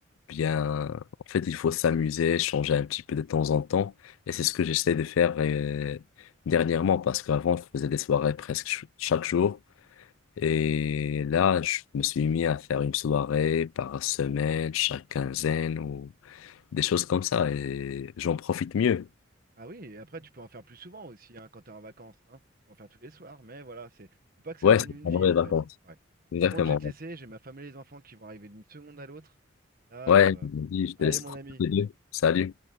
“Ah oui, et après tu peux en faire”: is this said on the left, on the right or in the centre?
Right